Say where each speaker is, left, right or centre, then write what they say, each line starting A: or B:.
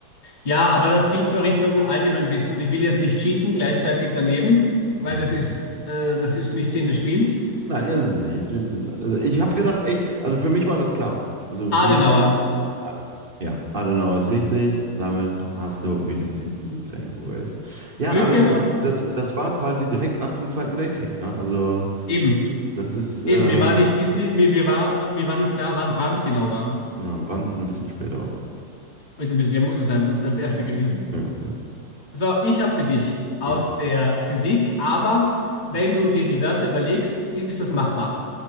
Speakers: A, on the left; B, on the right.
A: Ja, aber das gilt so Richtung Allgemeinwissen und ich will jetzt nicht cheaten, gleichzeitig daneben, weil
B: Mhm.
A: das ist, äh, das ist nicht Sinn des Spiels.
B: Nein, ist es nicht. Es- es- Also ich habe gedacht, echt, also für mich war das klar. Also
A: Adenauer.
B: für mich, Adenauer. Ja, Adenauer ist richtig. Damit hast du wieder einen Punkt reingeholt. Ja,
A: Glück
B: aber
A: gehabt.
B: das, das war quasi direkt nach dem Zweiten Weltkrieg. Ne? Also
A: Eben.
B: das ist, äh,
A: Eben,
B: ja,
A: mir war nicht, wissi- mir, mir war, ich, mir war nicht klar, wann Brandt genau war.
B: Brand ist ein bisschen später. aber-
A: Ist ein bisschen, ja, muss es sein, sonst wäre es der Erste
B: Ja,
A: gewesen.
B: ja, ja.
A: So, ich habe für dich aus
B: Ja.
A: der Physik, aber wenn du dir die Wörter überlegst, ist das machbar.